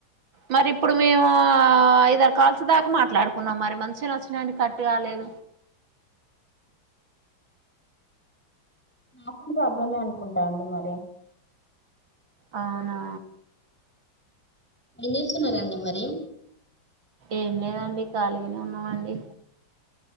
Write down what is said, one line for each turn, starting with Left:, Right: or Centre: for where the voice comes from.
Right: మరి ఇప్పుడు మేమూ ఆ ఐదారు కాల్స్ దాకా మాట్లాడుకున్నాం మరి మంచినే ఒచ్చినయండి కట్టు గాలేదు.
Centre: <unintelligible> ప్రాబ్లమే అనుకుంటా అండి మరి
Right: అవునా
Centre: ఏం చేస్తున్నారండి మరి
Right: ఏం లేదండి ఖాళిగనే ఉన్నామండి